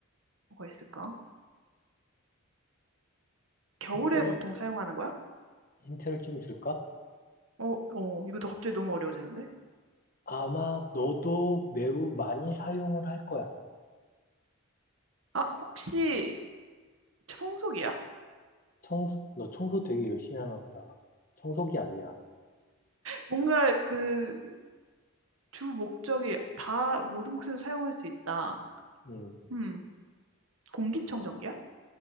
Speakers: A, on the right (about 75°); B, on the left (about 40°).
A: 뭐가 있을까? 겨울에
B: 힌트를,
A: 보통 사용하는 거야?
B: 힌트를 좀 줄까?
A: 어, 어, 이것도 갑자기 너무 어려워지는데?
B: 아마 너도 매우 많이 사용을 할 거야.
A: 아, 혹시 청소기야?
B: 청소, 너 청소 되게 열심히 하나 보다. 청소기 아니야.
A: 뭔가 그 주 목적이 다 모든 곳에서 사용할 수 있다.
B: 음,
A: 음, 공기청정기야?